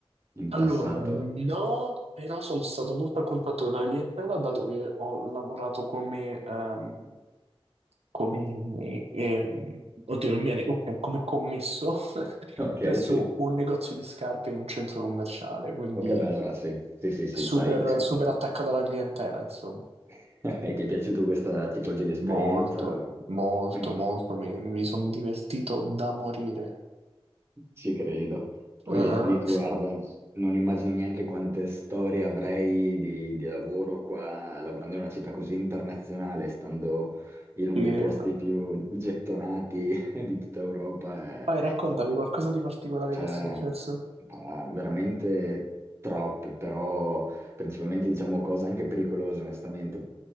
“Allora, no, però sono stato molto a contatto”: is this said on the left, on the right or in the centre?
Right